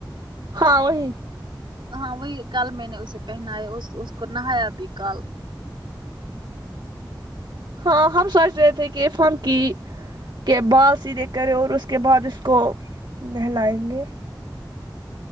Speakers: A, on the right; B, on the right.
A: ہاں وہی
B: ہاں وہی کل میں نے اسے پہنایا اس کو نہایا بھی کال ہ
A: ہاں ہم سوچ رہے تھے کہ فرم کی کے بال سیدھے کریں اور اس کے بعد اس کو نہلائیں گے